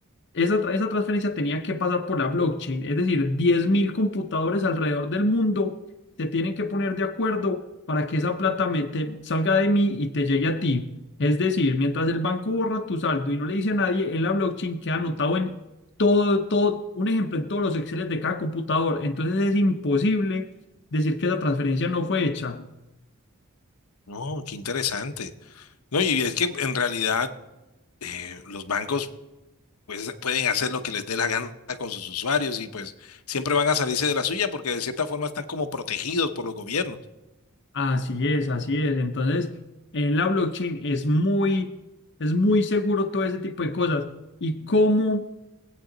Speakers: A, on the left (about 55°); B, on the left (about 90°).
A: esa, tra- esa transferencia tenía que pasar por la blockchain, es decir, 10.000 computadores alrededor del mundo se tienen que poner de acuerdo para que esa plata me- te- salga de mí y te llegue a ti. Es decir, mientras el banco borra tu saldo y no le dice a nadie, en la blockchain queda anotado en todo, todo, un ejemplo en todos los Exceles de cada computador. Entonces es imposible decir que esa transferencia no fue hecha.
B: No, qué interesante. No, y es que en realidad eh, los bancos pues, pueden hacer lo que les dé la gana con sus usuarios y pues siempre van a salirse de la suya porque de cierta forma están como protegidos por los gobiernos.
A: Así es, así es. Entonces, en la blockchain es muy, es muy seguro todo ese tipo de cosas. ¿Y cómo?